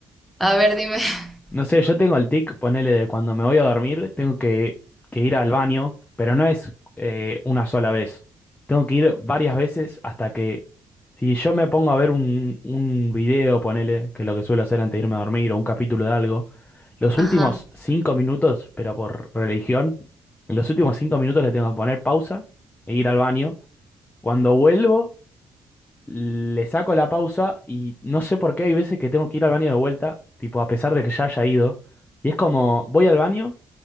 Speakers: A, in the centre; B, on the left.
A: A ver, dime. <laughs>
B: No sé, yo tengo el tic, ponele de cuando me voy a dormir, tengo que, que ir al baño, pero no es eh, una sola vez. Tengo que ir varias veces hasta que, si yo me pongo a ver un, un video, ponele, que es lo que suelo hacer antes de irme a dormir, o un capítulo de algo, los
A: Ajá.
B: últimos cinco minutos, pero por religión, en los últimos cinco minutos le tengo que poner pausa e ir al baño. Cuando vuelvo, le saco la pausa y no sé por qué hay veces que tengo que ir al baño de vuelta, tipo a pesar de que ya haya ido. Y es como, voy al baño,